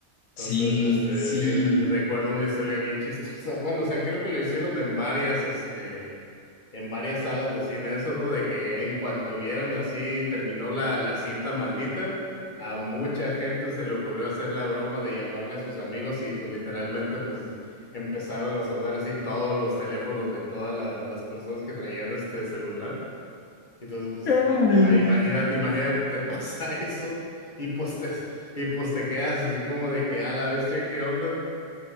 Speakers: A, on the left (about 75°); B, on the left (about 40°).
A: Sí,
B: Entonces, este,
A: sí.
B: sí, re- recuerdo una historia bien chistosa. Bueno, o sea, creo que lo hicieron en varias, este, en varias salas de cine, eso, ¿no? De que en cuanto vieron así, terminó la, la cinta maldita, a mucha gente se le ocurrió hacer la broma de llamarle a sus amigos y pues literalmente, pues empezaron a sonar así todos los teléfonos de todas la- las personas que traían este celular. Entonces, pues,
A: Claro.
B: ima- imagínate, imagínate, te <laughs> pasa eso y pues te, y pues te quedas así como de que a la bestia, ¿qué onda?